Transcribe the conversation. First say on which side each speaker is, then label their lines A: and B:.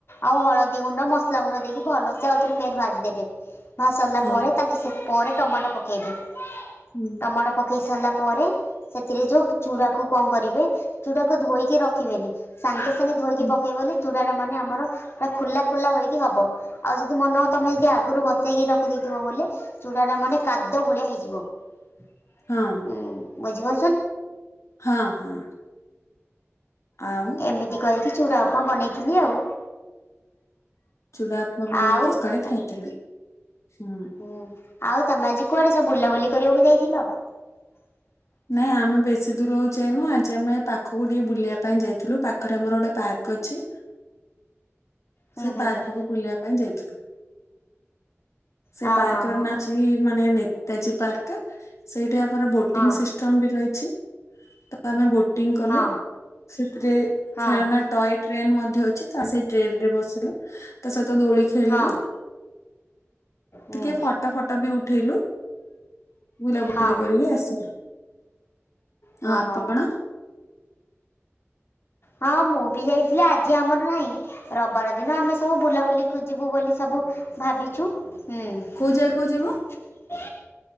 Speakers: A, on the left (about 55°); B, on the left (about 85°).
A: ଆଉ ହଳଦୀ ଗୁଣ୍ଡ ମସ୍ଲା ଗୁଣ୍ଡ ଦେଇକି ଭଲସେ ଆଉ ଥରେ ଫେରେ ଭାଜିଦେବେ। ଭା ସାଲା
B: ହୁଁ
A: ପରେ <unintelligible> ପରେ ଟମାଟ ପକେଇବେ।
B: ହୁଁ।
A: ଟମାଟ ପକେଇ ସାଲା ପରେ ସେଥିରେ ଯୋଉ ଚୁଡାକୁ କଁ କରିବେ ଚୁଡାକୁ ଧୋଇକି ରଖିବେନି। ସାଙ୍ଗେ ସାଙ୍ଗେ ଧୋଇକି
B: ହୁଁ
A: ପକେ <unintelligible> ବୋଲି ଚୁଡା ଟା ମାନେ ଆମର ପୁରା ଖୋଲା ଖୋଲା ହୋଇକି ହବ। ଆଉ ଯଦି ମନ ତମେ ଯଦି ଆଗରୁ <unintelligible> ରଖିଦେଇଥିବ ବୋଲେ ଚୂଡା ଟା ମାନେ କାଦ ଭଳିଆ ହେଇଯିବ। <inaudible>
B: ହଁ।
A: ଉଁ ବୁଝି <unintelligible>
B: ହଁ-ହଁ ଆଉ
A: ଏମିତି କହିକି ଚୁଡ଼ା ଉପ୍ମା ବନେଇଥିଲି ଆଉ।
B: ଚୂଡ଼ା ଉପ୍ମା ବନେଇକି
A: ଆଉ
B: ସକାଳେ
A: ତ
B: ଖାଇଥିଲେ ହୁଁ।
A: ହୁଁ ଆଉ ତମେ ଆଜି କୁଆଡେ ସବୁ ବୁଲାବୁଲି କରିବାକୁ ଯାଇଥିଲ? ହ
B: ନାଇଁ ଆମେ ବେଶୀ ଦୂର <unintelligible> ଯାଇଁନୁ ଆଜି ଆମେ ପାଖକୁ ଟିକେ ବୁଲିଆ ପାଇଁ ଯାଇଥିଲୁ ପାଖରେ ଆମର ଗୋଟେ ପାର୍କ ଅଛି।
A: ହୁଁ
B: ସେ
A: ହୁଁ
B: ପାର୍କକୁୁ
A: ହୁଁ
B: ବୁଲିଆ ପାଇଁ ଯାଇଥିଲୁ। ସେ
A: ହଁ
B: ପାର୍କ ର
A: ହଁ
B: ନା <unintelligible> ମାନେ ନେତାଜୀ ପାର୍କ ସେଇଠି ଆମର ବୋଟିଂ
A: ହଁ
B: ସିସ୍ ଟମ୍ ବି ରହିଛି ତ ଆମେ ବୋଟିଂ କଲୁ
A: ହଁ
B: ସେଥିରେ
A: ହଁ
B: ଖେଳନା ଟଏ ଟ୍ରେନ୍ ମଧ୍ୟ ଅଛି ତା ସେଇ ଟ୍ରେନ୍ ରେ ବସିଲୁ ତା ସହିତ ଦୋଳି <unintelligible>
A: ହଁ ହଁ
B: ଟିକେ ଫଟ ଫଟ ବି ଉଠେଇଲୁ। ବୁଲାବୁଲି
A: ହୁଁ ହଁ
B: କରିକି ଆସିଲି ଆଉ
A: ହଁ
B: ଆପଣ?
A: ହଁ। ହଁ ମୁଁ ବି ଯାଇଥିଲି ଆଜି ଆମର ନାହିଁ ରବିବାର ଦିନ ଆମେ ସବୁ ବୁଲାବୁଲିକୁ ଯିବୁ ବୋଲି ସବୁ ଭାବିଛୁ। ହୁଁ
B: କୋଉ ଜାଗାକୁ ଯିବ